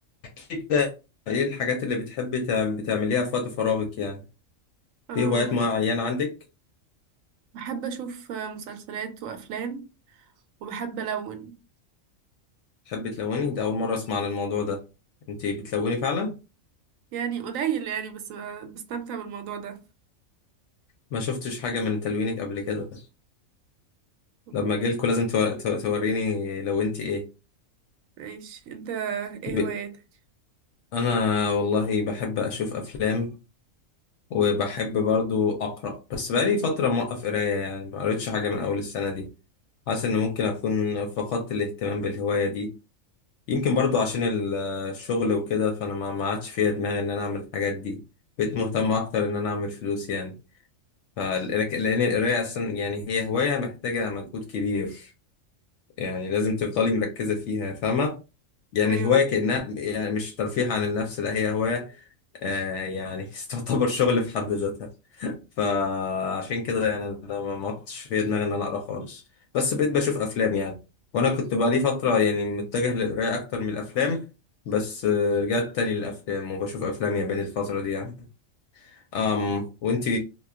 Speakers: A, on the left; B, on the right.
A: احكي كده ايه الحاجات اللي بتحبي تعم- بتعمليها في وقت فراغك يعني
B: أم،
A: في هوايات معينة عندك
B: بحب أشوف مسلسلات وأفلام وبحب ألون
A: تحبي تلوني ده اول مرة اسمع عن الموضوع ده انتي بتلوني فعلا
B: يعني قليل يعني بس ب- بستمتع بالموضوع ده
A: ما شفتش حاجة من تلوينك قبل كده
B: أم،
A: لما اجيلكوا لازم تو- تو- توريني لو انتي ايه
B: ماشي أنت إيه
A: ب...
B: هواياتك؟
A: انا والله بحب اشوف افلام وبحب برضو اقرا بس بقالي فترة موقف قراية يعني ما قريتش حاجة من اول السنة دي حاسس ان ممكن اكون فقدت الاهتمام بالهواية دي يمكن برضو عشان ال- الشغل وكده فانا ما ما عادش فيا دماغي ان انا اعمل الحاجات دي بقيت مهتم اكتر ان انا اعمل فلوس يعني ف- لك- لان القرايه اصلا يعني هي هوايه محتاجه مجهود كبير يعني لازم تفضلي مركزه فيها فاهمه يعني
B: أيوه
A: هوايه كانها يعني مش ترفيه عن النفس لا هي هوايه آه يعني <laughs> تعتبر شغل في حد ذاتها <laughs> فعشان كده يعني انا ما ما كنتش في دماغي ان انا اقرا خالص بس بقيت بشوف افلام يعني وانا كنت بقالي فتره يعني متجه للقرايه اكتر من الافلام بس آه، رجعت تاني للافلام وبشوف افلام ياباني الفتره دي يعني أم وانتي